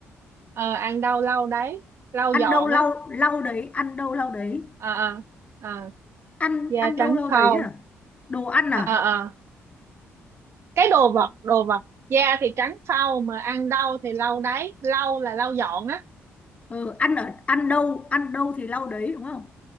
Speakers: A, on the right; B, on the left.
A: ờ ăn đâu lâu đấy lau
B: ăn
A: dọn
B: đâu lau
A: á
B: lau đấy ăn đâu lau đấy
A: ờ ờ ờ
B: ăn
A: da
B: ăn
A: trắng
B: đâu lau
A: phau
B: đấy à đồ ăn
A: ờ
B: à
A: ờ. cái đồ vật đồ vật da thì trắng phau mà ăn đau thì lau đáy lau là lau dọn á
B: ừ, ăn ở ăn đâu ăn đâu thì lau đấy đúng không